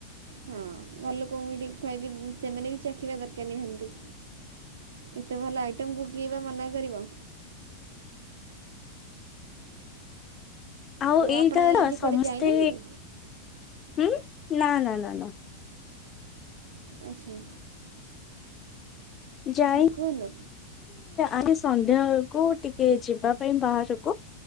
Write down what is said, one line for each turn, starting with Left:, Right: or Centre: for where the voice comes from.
Right: ହଁ ଘର ଲୋକଙ୍କୁ ବି ଟିକେ ଖୁଆଇବି ସେମାନେ ବି ଚାଖିବା ଦରକାର ନିହାତି। ଏତେ ଭଲ ଆଇଟମ୍ କୁ କିଏବା ମନା କରିବ।
Left: ଆଉ ଏଇଟାନା
Right: ଆପଣ ଆଜି
Left: ସମସ୍ତେ,
Right: କୁଆଡ଼େ ଯାଇନାହାନ୍ତି?
Left: ହୁଁ ନା ନା ନା ନା
Right: ଆଚ୍ଛା।
Left: ଯାଇ
Right: ହଁ କୁହନ୍ତୁ
Left: ଆଜି ସନ୍ଧ୍ୟା ବେଳକୁ ଟିକେ ଯିବା ପାଇଁ ବାହାରକୁ